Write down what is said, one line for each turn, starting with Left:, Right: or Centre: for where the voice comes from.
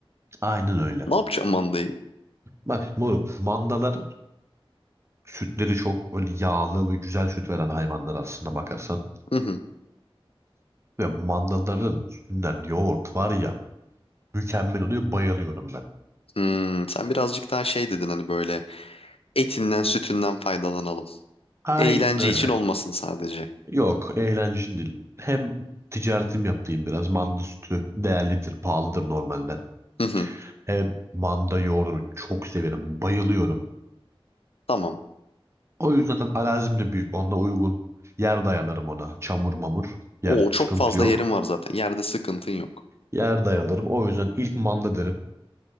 Right: Aynen öyle.
Left: Ne yapacağım mandayı?
Right: Bak moruk. Mandalar sütleri çok öyle yağlı ve güzel süt veren hayvanlar aslında bakarsan.
Left: Hı hı.
Right: Ve mandaların sütünden yoğurt var ya mükemmel oluyor. Bayılıyorum ben.
Left: Hmm, sen birazcık daha şey dedin hani böyle etinden sütünden faydalanalım.
Right: Aynen
Left: Eğlence
Right: öyle.
Left: için olmasın sadece.
Right: Yok, eğlence değil. Hem ticaretim yaptığım biraz. Manda sütü değerlidir, pahalıdır normalden.
Left: Hı hı,
Right: Hem manda yoğurdunu çok severim, bayılıyorum.
Left: tamam.
Right: O yüzden zaten arazim de büyük. Onunla uygun yer dayalarım ona. Çamur mamur yer,
Left: Oo çok
Right: sıkıntı
Left: fazla
Right: yok.
Left: yerin var zaten. Yerde sıkıntın yok.
Right: Yer dayalarım. O yüzden ilk manda derim.